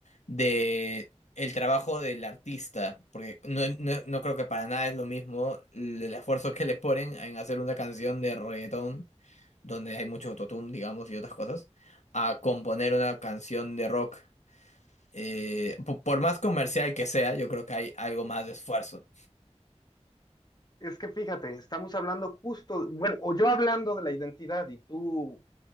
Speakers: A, on the left; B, on the left.
A: de el trabajo del artista, porque no, no, no creo que para nada es lo mismo el, el esfuerzo que le ponen en hacer una canción de reggaetón, donde hay mucho autotune, digamos, y otras cosas, a componer una canción de rock. Eh, po- por más comercial que sea, yo creo que hay algo más de esfuerzo.
B: Es que fíjate, estamos hablando justo, bueno, o yo hablando de la identidad y tú